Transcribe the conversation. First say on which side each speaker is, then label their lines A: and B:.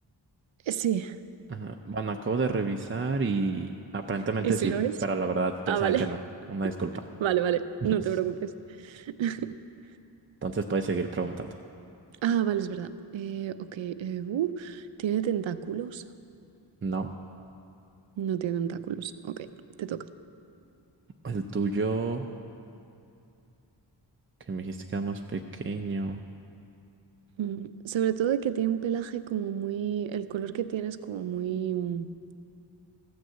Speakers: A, on the right; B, on the right.
A: Eh, Sí,
B: Ajá. Bueno, acabo de revisar y aparentemente
A: ¿y si
B: sí,
A: lo es?
B: pero la verdad pensaba
A: Ah, vale,
B: que no. Una disculpa.
A: <laughs> vale, vale,
B: <laughs>
A: no te preocupes. <laughs>
B: Entonces puedes seguir preguntando.
A: Ah, vale, es verdad. Eh, ok, eh, uh, ¿tiene tentáculos?
B: No.
A: No tiene tentáculos. Ok, te toca.
B: El tuyo, que me dijiste que era más pequeño.
A: Mm, sobre todo que tiene un pelaje como muy... El color que tiene es como muy mm,